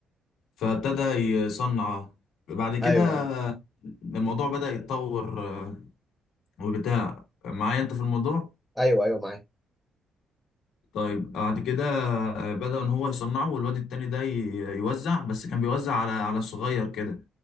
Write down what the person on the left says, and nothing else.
فابتدى يصنع بعد كده
الموضوع بدأ يتطور آه، وبتاع معايا انت في الموضوع
طيب بعد كده بدأ ان هو يصنعه والواد التاني ده ي- يوزع بس كان بيوزع على على الصغير كده